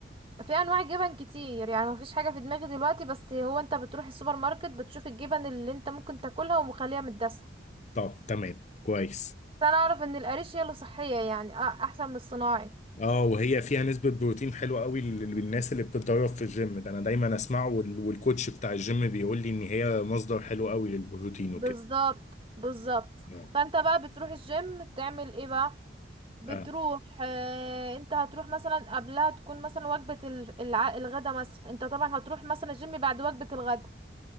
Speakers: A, on the right; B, on the left.
A: في انواع جبن كتير يعني مفيش حاجه في دماغي دلوقتي بس هو انت بتروح السوبر ماركت بتشوف الجبن اللي انت ممكن تاكلها ومخليها متدسه
B: طب تمام كويس
A: بس انا اعرف ان القريش هي اللي صحيه يعني اه احسن من الصناعي
B: اه وهي فيها نسبه بروتين حلوه قوي لل- للناس اللي بتتدرب في الجيم ده انا دايما اسمعه وال- والكوتش بتاع الجيم بيقول لي ان هي مصدر حلو قوي للبروتين وكده
A: بالظبط بالظبط
B: يعني.
A: فانت بقى بتروح الجيم تعمل ايه بقى بتروح
B: آه.
A: آه انت هتروح مثلا قبلها تكون مثلا وجبه ال- الع- الغدا مثلا انت طبعا هتروح مثلا الجيم بعد وجبه الغدا